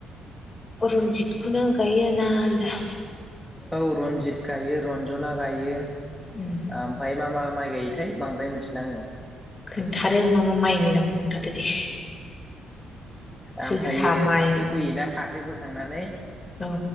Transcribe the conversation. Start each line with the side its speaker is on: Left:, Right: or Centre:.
Left: अरनजितखौनो गायो ना आलदा?
Centre: औ रन्जित गायो रन्जना गायो।
Left: उम
Centre: ओमफाय मा मा माइ गायोथाय। बांद्राय मिथिला आङो।
Left: खोन्थादो मा मा माइनि नाम खोन्थादो दे।
Centre: ओमफायो
Left: जोसा माइ
Centre: फाथो फैयोना फा थो फोखांनानै
Left: औ